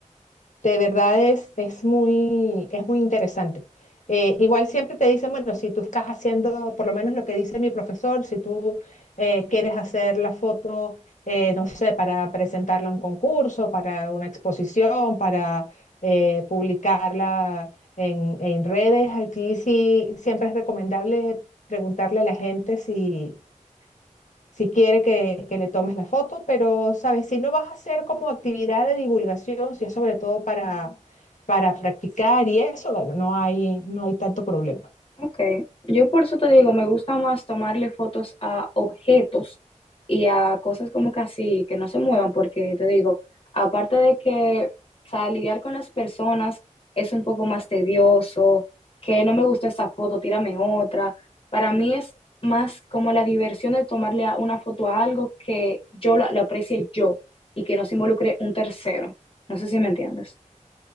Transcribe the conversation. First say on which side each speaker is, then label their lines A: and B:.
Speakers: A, on the left (about 70°); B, on the left (about 45°).
A: De verdad es, es muy, es muy interesante. Eh, igual siempre te dicen, bueno, si tú estás haciendo, por lo menos lo que dice mi profesor, si tú eh, quieres hacer la foto, eh, no sé, para presentarla a un concurso, para una exposición, para eh, publicarla en, en redes, aquí sí siempre es recomendable preguntarle a la gente si si quiere que, que le tomes la foto, pero, ¿sabes? Si no vas a hacer como actividad de divulgación, si es sobre todo para, para practicar y eso, bueno, no hay, no hay tanto problema.
B: Ok, yo por eso te digo, me gusta más tomarle fotos a objetos y a cosas como que así, que no se muevan, porque te digo, aparte de que, o sea, lidiar con las personas es un poco más tedioso, que no me gusta esta foto, tírame otra. Para mí es más como la diversión de tomarle a- una foto a algo que yo la la aprecie yo y que no se involucre un tercero. No sé si me entiendes.